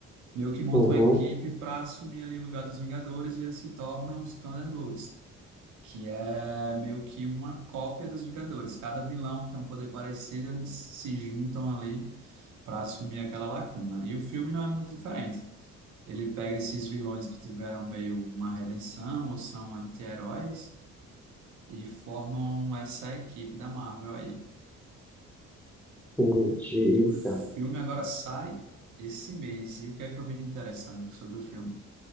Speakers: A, on the right; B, in the centre.
A: meio que monta
B: Uhum,
A: uma equipe para assumir ali o lugar dos Vingadores e eles se tornam os Thunderbolts, que é meio que uma cópia dos Vingadores. Cada vilão tem um poder parecido, eles se juntam ali para assumir aquela lacuna. E o filme não é muito diferente. Ele pega esses vilões que tiveram meio uma redenção ou são anti-heróis e formam essa equipe da Marvel aí.
B: entendi,
A: E o filme
B: cara.
A: agora sai esse mês. E o que é que eu vi de interessante sobre o filme?